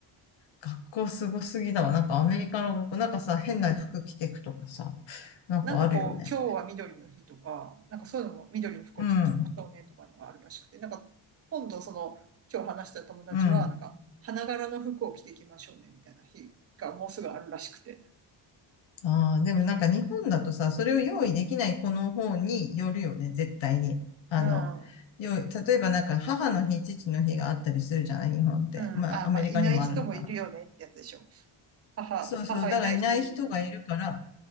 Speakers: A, on the left; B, on the right.
A: 学校すごすぎだわ。なんかアメリカの学校、なんかさ、変な服着てくとかさ、なんかあるよね。
B: なんかこう、今日は緑の日とか、なんかそういうのも緑の服を着てきましょうねとかいうのがあるらしくて、
A: うん。
B: なんか今度その、今日話した友達は、
A: うん。
B: なんか花柄の服を着てきましょうねみたいな日がもうすぐあるらしくて。
A: ああ、でもなんか日本だとさ、それを用意できない子の方によるよね、絶対に。あの、
B: うん。
A: 用意、例えばなんか母の日、父の日があったりするじゃない、日本って。
B: うん。
A: まあ、
B: あ、
A: アメリカにもあるのかな。
B: まあ、いない人もいるよねってやつでしょ。母、
A: そうそう、
B: 母いない人いる。
A: だからいない人がいるから、